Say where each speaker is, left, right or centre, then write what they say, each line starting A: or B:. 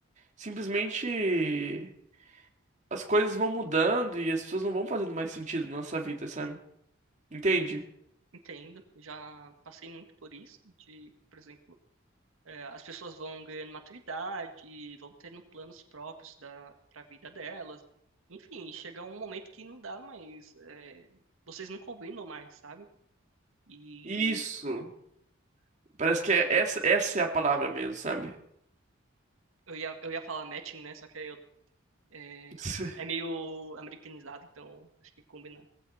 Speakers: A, on the right (about 35°); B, on the right (about 85°).
A: simplesmente as coisas vão mudando e as pessoas não vão fazendo mais sentido na nossa vida, sabe? Entende?
B: entendo, já passei muito por isso, de, por exemplo, é, as pessoas vão ganhando maturidade, vão tendo planos próprios da para a vida delas. Enfim, chega um momento que não dá mais, é, vocês não combinam mais, sabe? E
A: Isso. Parece que é essa, essa é a palavra mesmo, sabe?
B: eu ia, eu ia falar matching, né? Só que aí eu, é,
A: <laughs>
B: é meio americanizado, então acho que combinar,